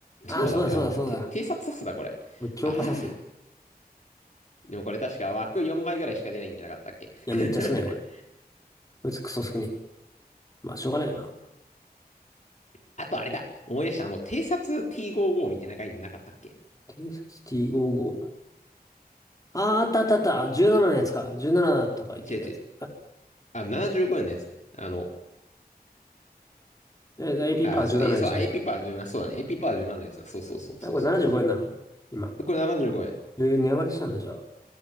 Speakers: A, on the left; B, on the left.
A: ああ、
B: そうだね。
A: そうだそうだそうだ。
B: あの、て偵察さすだ、これ。
A: 強化サス。
B: ああ。
A: <clears throat> い
B: でもこれ確か枠4枚ぐらいしか出ないんじゃなかったっけ
A: や、
B: <laughs>
A: めっちゃ少ない、これ。こいつクソ少ない。まあ、しょうがないな。
B: あとあれだ。思い出した。あの、偵察 T55 みたいな概念なかったっけ
A: 偵察 T55。あー、あったあったあった。17のやつか。17とかいけるやつ。
B: 違う違う。あ、75円のやつだ。あの、
A: あれえ、AP
B: あ、
A: パー17のやつじゃなくて。
B: そう、そう、エピパー17、そうだね。エピパー17のやつだ。そうそうそうそうそう。
A: え、これ75円なの今。
B: これ75円。
A: えー値上がりしたんだ、じゃあ。